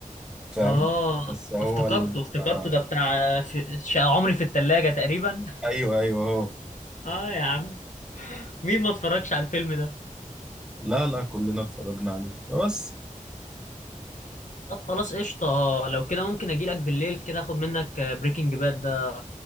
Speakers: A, in the centre; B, on the left.
A: فاهم
B: اه
A: بس هو
B: افتكرته
A: ال...
B: افتكرته
A: آه،
B: ده بتاع في... شقة عمري في التلاجة تقريبا <laughs>
A: ايوه ايوه هو
B: اه يا عم مين ما اتفرجش على الفيلم ده
A: لا لا كلنا اتفرجنا عليه بس
B: طب خلاص قشطة لو كده ممكن اجي لك بالليل كده اخد منك بريكنج باد ده